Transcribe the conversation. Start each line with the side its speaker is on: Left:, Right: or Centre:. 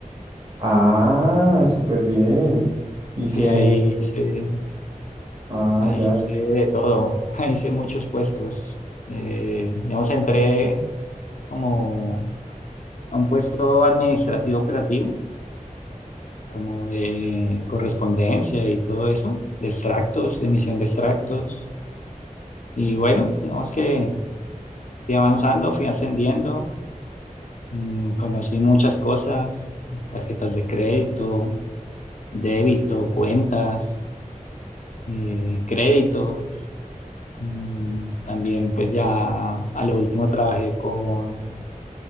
Right: Ah,
Left: Y y
Right: súper bien. ¿Y
Left: Sí,
Right: qué?
Left: ahí hice,
Right: Ah,
Left: ahí
Right: ya.
Left: hice de todo, <laughs> ahí hice muchos puestos. Eh, digamos, entré como a un puesto administrativo operativo, como de correspondencia y todo eso, de extractos, de emisión de extractos. Y bueno, digamos que fui avanzando, fui ascendiendo, mm, conocí muchas cosas, tarjetas de crédito, débito, cuentas, eh, créditos. Mm, También pues ya a lo último trabajé con